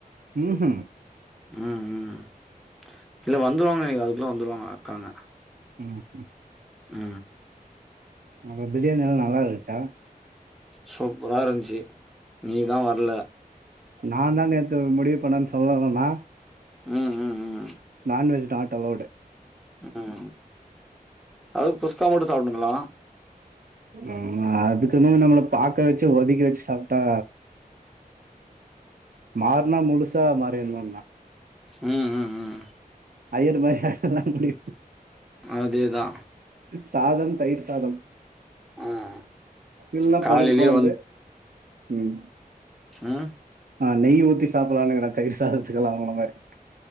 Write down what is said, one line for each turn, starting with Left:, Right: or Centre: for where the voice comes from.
Right: ம்ஹ்ம்.
Centre: அ அ இல்ல வந்துருவாங்கன் நெனைக்கிறே அதுக்குள்ள வந்துருவாங்க அக்காங்க
Right: அ அ
Centre: ஆ
Right: அப்பற பிரியாணி எல்லா நல்லா இருந்துச்சா
Centre: சூப்பரா இருந்துச்சு நீதா வர்ல
Right: நான் தா நேத்து முடிவு பண்ணன்னு சொல்லல்ல நா
Centre: அ அ அ
Right: நான்வெஜ் நாட் அலௌடு
Centre: ம் அது குஷ்கா மட்டு சாப்டுனுங்களா
Right: ம் அதுக்குன்னு நம்மள பாக்க வச்சு ஒதக்கி வச்சு சாப்ட்டா மாற்னா முழுசா மாறின்னும்ன்னா
Centre: ம் ம் ம்
Right: ஐயர் மாறி ஆகலா முடியு
Centre: அதேதா
Right: சாதம் தயிர் சாதம்
Centre: ம்
Right: இல்ல
Centre: காலையிலயே
Right: பருப்பு கொழம்பு ம்
Centre: அ
Right: நா நெய் ஊத்தி சாப்புட்லான்னு இருக்கறே தயிர் சாதத்துக்குலா உங்கள மாறி